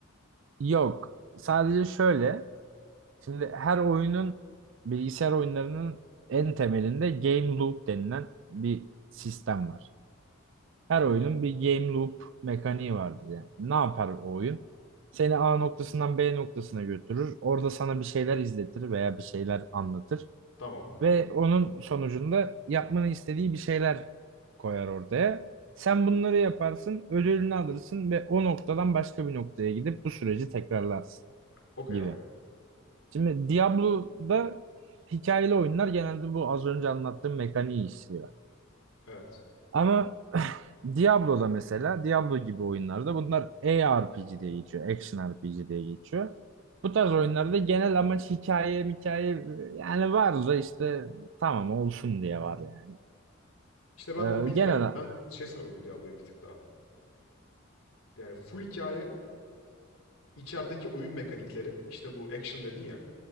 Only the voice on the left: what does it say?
Tamam.
Okey
abi.
Evet.
İşte ben
onu bilmiyorum.
Ben şey sanıyordum Diablo'yu bir tık daha. Yani full hikaye, içerideki oyun mekanikleri, işte bu action dedin ya.